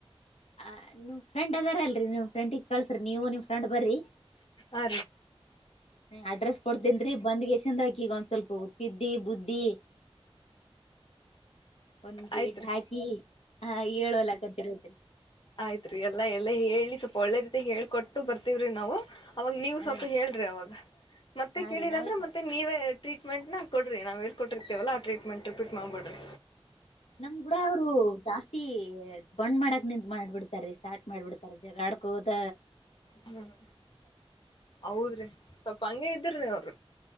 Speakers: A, on the left; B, on the left.
A: ಆ ನಿಮ್ ಫ್ರಂಡ್ ಅದಾರ ಅಲ್ರಿ ನಿಮ್ ಫ್ರೆಂಡಿಗೆ ಕಳ್ಸ್ರಿ ನೀವು ನಿಮ ಫ್ರೆಂಡ್ ಬರ್ರರಿ
B: ಆ
A: ಅಡ್ರೆಸ್ ಕೊಡ್ತೇನ್ೀ ಬಂದ್ ಎಷ್ಟ ಚಂದಾಕಿ ಈಗ ಒಂದ್ ಸ್ವಲ್ಪ ಹೋಗತಿದ್ದಿ ಬುದ್ಧಿ ಒಂದ
B: ಆಯ್ತ್
A: ೇಟ್
B: ರೀ
A: ಹಾಕಿ ಹ ಏುವಲ್ಲ ಕದ್ದಿರದ್ರಿ
B: ಆಯ್ತ್ರಿ ಎಲ್ಲಾ ಎಲ್ಲ ಹೇಳಿ ಸ್ವಲ್ಪ ಒಳ್ಳೆ ರೀತಿಾಗಿ ಹೇಳ್ಕೊಟ್ಟು ಬರ್ತವ್ರಿ ನಾವು ಅವಾಗ ನೀವು
A: ಹಾ
B: ಸ್ವಲ್ಪ
A: ರೀ
B: ಹೇಳ್ರಿ ಅವಾಗ ಮತ್ತೆ
A: ಹಾ
B: ಕೇಳಿಲ್ಲ
A: ರೀ ನಾವ್
B: ಅಂದ್ರೆ ಮತ್ತೆ ನೀವೇ ಟೀಟ್ಮೆಂನ ಕೊಡಿರಿ ನಾವು ಹಳ್ಕೊಿರ್ತವಲ್ಲ ಆ ಟೀಟೆಂಟ್ ರಿಪಟ್ ಮಾಡಬಿಡರಿ
A: ನಮ್ ಕೂಡ ಅವ್ರು ಜಾಸ್ತಿ ಬಂಡ್ ಮಾಡಕ್ ನಿಂತ ಮಾಡ್ಬಿಡ್ತಾರ ಸ್ಟಾರ್ಟ್ ಮಾಡ್ಬಿಡ್ತಾರ ಜಗಳ ಮಾಡಕೋದ
B: ಹ್ಮ್ ಹೌದ್ರಿ ಸ್ವಲ್ಪ ಹಂಗ ಇದ್ರೀ ಅವ್ರ